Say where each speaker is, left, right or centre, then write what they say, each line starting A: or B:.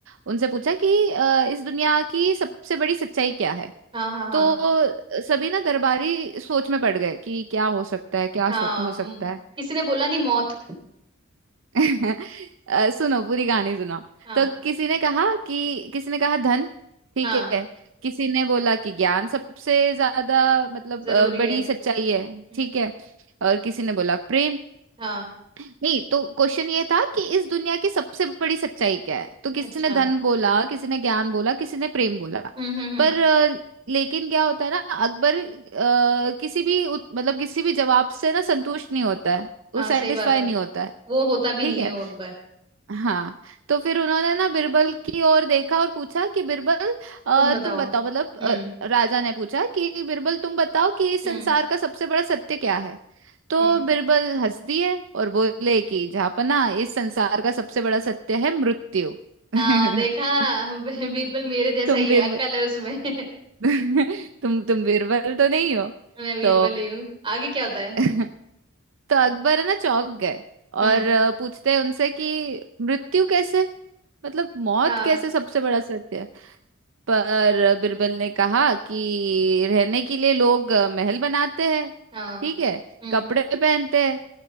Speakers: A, on the right (about 65°); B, on the right (about 25°).
A: उनसे पूछा कि अ, इस दुनिया की सबसे बड़ी सच्चाई क्या है
B: हाँ हाँ हाँ
A: तो सभी ना दरबारी सोच में पड़ गए कि क्या हो सकता है क्या
B: हाँ
A: सो- हो सकता
B: म-
A: है
B: किसी ने बोला नहीं मौत
A: <laughs> अ, सुनो पूरी कहानी सुनो
B: हाँ
A: तो किसी ने कहा कि किसी ने कहा धन ठीक
B: हाँ
A: है किसी ने बोला कि ज्ञान सबसे ज्यादा मतलब
B: जरूरी
A: अ, बड़ी
B: है
A: सच्चाई है
B: हम्म
A: ठीक है और किसी ने बोला प्रेम
B: हाँ
A: नहीं तो क्वेश्चन ये था कि इस दुनिया की सबसे बड़ी सच्चाई क्या है तो किसी
B: अच्छा
A: ने धन बोला किसी ने ज्ञान बोला किसी ने प्रेम बोला
B: हम्म हम्म हम्म
A: पर अ, लेकिन क्या होता है ना अकबर अ, किसी भी उत- मतलब किसी भी जवाब से ना संतुष्ट नहीं होता है
B: हाँ
A: वो सेटिस्फाई
B: सही बात है
A: नहीं होता है
B: वो होता भी
A: ठीक
B: नहीं
A: है
B: है वो अकबर
A: हाँ तो फिर उन्होंने ना बिरबल की ओर देखा और पूछा कि बिरबल अ,
B: तुम बताओ
A: तुम बताओ मतलब अ,
B: हम्म
A: राजा ने पूछा कि बिरबल तुम बताओ कि इस
B: हम्म
A: संसार का सबसे बड़ा सत्य क्या है तो
B: हम्म
A: बिरबल हंस दिए और बोले कि जापना इस संसार का सबसे बड़ा सत्य है मृत्यु <laughs> तुम
B: हाँ देखा <laughs> बीरबल मेरे जैसा
A: तुम
B: ही
A: बिरबल
B: है अक्कल है उसमें <laughs>
A: <laughs> तुम तुम बिरबल तो नहीं हो
B: मैं बीरबल
A: तो
B: ही हूँ आगे क्या होता है
A: <laughs> तो अकबर है ना चौंक गए और
B: हम्म
A: अ, पूछते हैं उनसे कि मृत्यु कैसे मतलब मौत
B: हाँ
A: कैसे सबसे बड़ा सत्य है पर बिरबल ने कहा कि रहने के लिए लोग अ, महल बनाते हैं
B: हाँ
A: ठीक है
B: हम्म
A: कपड़े पहनते हैं